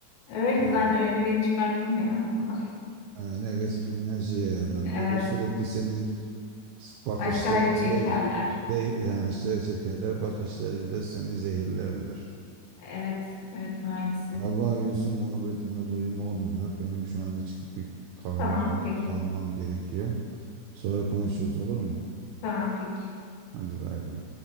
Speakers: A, on the left; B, on the right.
A: Öyle
B: yani
A: zaten öyleliğini çıkarttım hayatımda.
B: e, negatif enerji yayarlar
A: <laughs> Evet.
B: böyle sürekli seni bakışlarıyla
A: Aşağıya çekerler.
B: zeh- yani şey çekerler bakışlarıyla seni zehirlerler.
A: Evet. Evet maalesef.
B: Vallahi Gülsüm muhabbetinde doyum olmuyor benim şu anda çıkıp bir kahve
A: Tamam
B: falan
A: peki.
B: almam gerekiyor sonra konuşuruz olur mu?
A: Tamam peki.
B: Hadi bay bay.